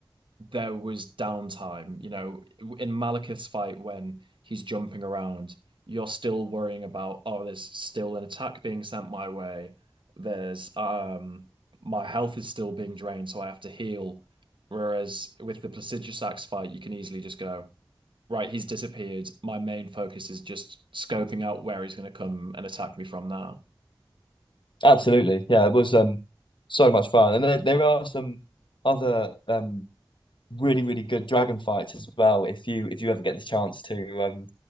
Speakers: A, on the right; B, on the left.
A: there was downtime. You know, in Malekith's fight when he's jumping around, you're still worrying about, oh, there's still an attack being sent my way. There's um my health is still being drained, so I have to heal. Whereas with the Placidus Axe fight, you can easily just go, right, he's disappeared. My main focus is just scoping out where he's going to come and attack me from now.
B: Absolutely. Yeah, it was um so much fun. And there, there are some other um really, really good dragon fights as well if you if you ever get the chance to um